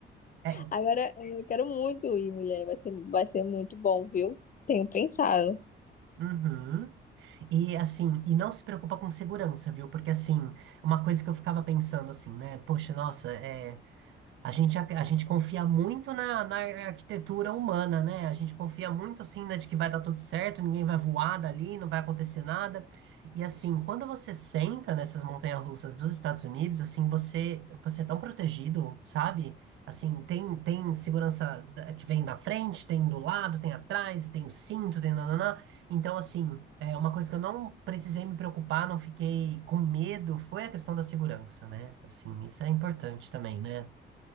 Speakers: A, on the right (about 75°); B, on the left (about 45°).
A: É.
B: Agora, é, eu quero muito ir, mulher. Vai ser, vai ser muito bom, viu? Tenho pensado.
A: Uhum. E assim, e não se preocupa com segurança, viu? Porque assim, uma coisa que eu ficava pensando assim, né? Poxa, nossa, é. A gente, ac- a, gente confia muito na, na arquitetura humana, né? A gente confia muito, assim, né, de que vai dar tudo certo, ninguém vai voar dali, não vai acontecer nada. E, assim, quando você senta nessas montanhas-russas dos Estados Unidos, assim, você, você é tão protegido, sabe? Assim, tem, tem segurança da- que vem da frente, tem do lado, tem atrás, tem o cinto, tem nananã. Então, assim, é uma coisa que eu não precisei me preocupar, não fiquei com medo, foi a questão da segurança, né? Assim, isso é importante também, né?